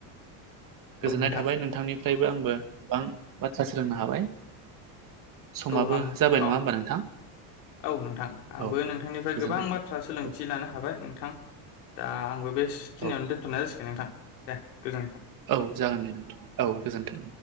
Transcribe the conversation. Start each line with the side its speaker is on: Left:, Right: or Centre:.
Right: गोजोननाय
Left: नोंथां
Right: थाबाय नोंथांनिफ्रायबो आंबो गोबां बाथ्रा सोलोंनो हाबाय। समाबो
Left: औ नोंथां औ आं
Right: जाबाय
Left: औ
Right: नङा होमबा नोंथां।
Left: औ नोंथां आंबो
Right: औ
Left: नोंथांनिफ्राय
Right: गोजोननाय
Left: गोबां
Right: थाबाय
Left: बाथ्रा सोलोंथि
Right: औ
Left: लानो हाबाय नोंथां। दा आंबो बेखिनियावनो
Right: औ
Left: दोन्थ'नाय जासिगोन नोंथां दे गोजोन्थों।
Right: औ जागोन दे नोंथां औ गोजोनथों।